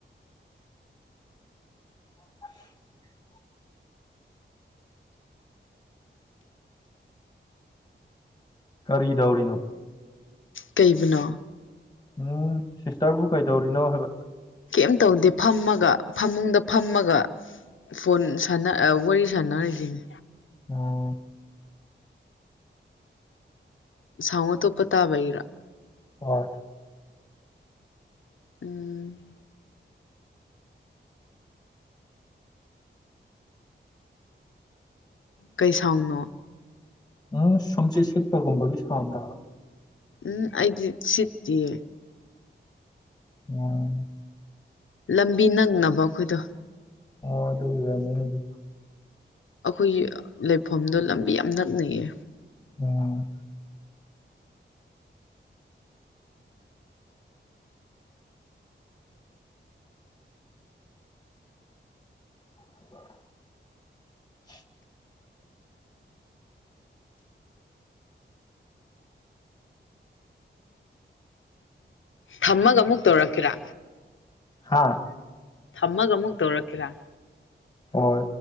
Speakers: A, on the left; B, on the left.
A: <inaudible> ꯀꯔꯤꯗꯧꯔꯤꯅꯣ
B: ꯀꯩꯕꯅ
A: ꯎꯝ ꯁꯤꯁꯇꯔꯕꯨ ꯀꯩꯗꯧꯔꯤꯅꯣ ꯍꯥꯏꯕ
B: ꯀꯩꯝ ꯇꯧꯗꯦ ꯐꯝꯃꯒ ꯐꯃꯨꯡꯗ ꯐꯝꯃꯒ ꯐꯣꯟ ꯁꯥꯟꯅ ꯋꯥꯔꯤ ꯁꯥꯟꯅꯔꯤꯁꯤꯅꯤ
A: ꯑꯣ
B: ꯁꯉ ꯇꯣꯞꯄ ꯇꯥꯕꯩꯔꯥ
A: ꯍ
B: ꯎꯝ ꯀꯩ ꯁꯥꯎꯅꯣ
A: ꯎꯝ ꯁꯣꯝꯆꯦ ꯁꯦꯠꯄꯒꯨꯝꯕꯒꯤ ꯁꯥꯎꯗ
B: ꯎꯝ ꯑꯩꯗ ꯁꯤꯠꯇꯤꯌꯦ
A: ꯎꯝ
B: ꯂꯝꯕꯤ ꯅꯛꯅꯕ ꯑꯩꯈꯣꯏꯗꯣ
A: ꯑꯣ ꯑꯗꯨ ꯃꯅꯤ
B: ꯑꯩꯈꯣꯏꯒꯤ ꯂꯩꯐꯝꯗꯣ ꯂꯝꯕꯤ ꯌꯥꯝ ꯅꯛꯅꯩꯌꯦ
A: ꯎꯝ <inaudible>
B: ꯊꯝꯃꯒ ꯑꯃꯨꯛ ꯇꯧꯔꯛꯀꯦꯔꯥ
A: ꯍꯥꯥ
B: ꯊꯝꯃꯒ ꯑꯃꯨꯛ ꯇꯧꯔꯛꯀꯦꯔꯥ
A: ꯍꯣꯏ